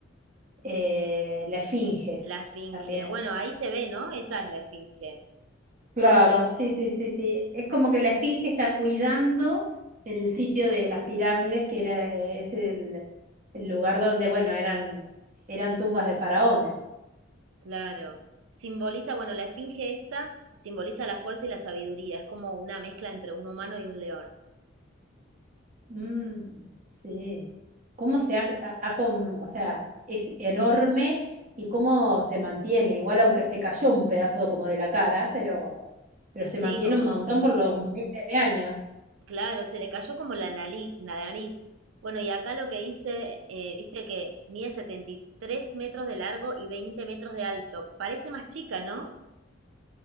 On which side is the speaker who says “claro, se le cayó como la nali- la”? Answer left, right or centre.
Right